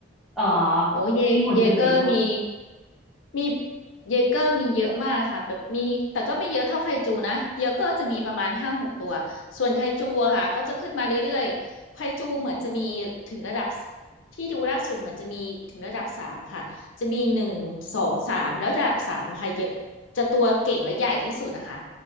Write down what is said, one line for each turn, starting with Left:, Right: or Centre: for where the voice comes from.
Centre: เอ่อ
Left: โอ้เยเยเกอร์มี
Centre: มีหุ่นยนต์กี่ตัว
Left: มีเยเกอร์มีเยอะมากนะคะแบบมีแต่ก็ไม่เยอะเท่าไคจูนะเยเกอร์จะมีประมาณห้าหกตัวส่วนไคจูอะค่ะก็จะขึ้นมาเรื่อยๆไคจูเหมือนจะมีถึงระดับที่ดูล่าสุดเหมือนจะมีถึงระดับสามค่ะจะมีหนึ่งสองสามแล้วระดับสามค่ะเยอะจะตัวเก่งและใหญ่ที่สุดอะค่ะ